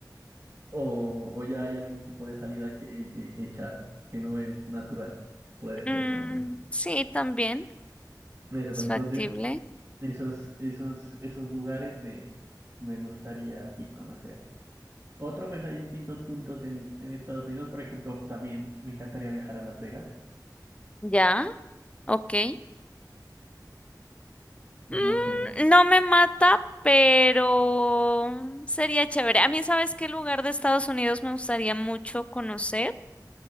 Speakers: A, on the right; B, on the left.
A: o, o ya hay algún tipo de salida que, que hecha que no es natural. Puede
B: Mm,
A: ser también.
B: sí, también
A: Eso,
B: es
A: pero
B: factible.
A: entonces. Esos, esos, esos lugares me, me gustaría así conocer. Otro, pues hay distintos puntos en, en Estados Unidos. Por ejemplo, también me encantaría viajar a Las Vegas.
B: Ya, ok. Mm,
A: No sé,
B: no me mata, pero sería chévere. A mí, ¿sabes qué lugar de Estados Unidos me gustaría mucho conocer?